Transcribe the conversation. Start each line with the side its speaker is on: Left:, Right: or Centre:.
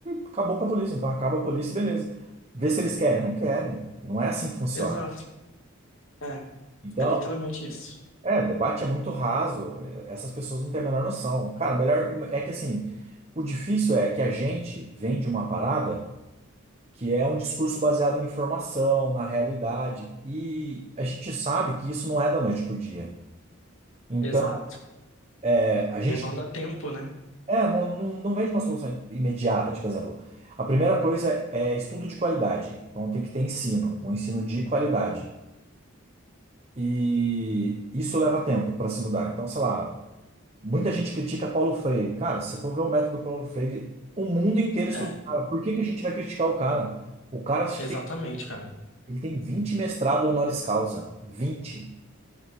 Right: acabou com a polícia. Então acaba a polícia e beleza. Vê se eles querem. Não querem. Não é assim que funciona.
Left: exato. É,
Right: Então,
Left: é literalmente isso.
Right: é, debate é muito raso. Essas pessoas não têm a menor noção. Cara, melhor. É que assim, o difícil é que a gente vem de uma parada que é um discurso baseado em informação, na realidade. E a gente sabe que isso não é da noite pro dia. Então,
Left: Exato.
Right: é a gente
Left: Demanda tempo, né?
Right: É, não, não, não vem de uma solução imediata, tipo, por exemplo. A primeira coisa é estudo de qualidade. Então tem que ter ensino, um ensino de qualidade. E isso leva tempo para se mudar. Então, sei lá, muita gente critica Paulo Freire. Cara, se você for ver o método Paulo Freire, o mundo inteiro estuda
Left: É,
Right: o cara. Por que que a gente vai criticar o cara? O cara acho
Left: exatamente,
Right: que tem,
Left: cara.
Right: ele tem 20 mestrado honoris causa. 20.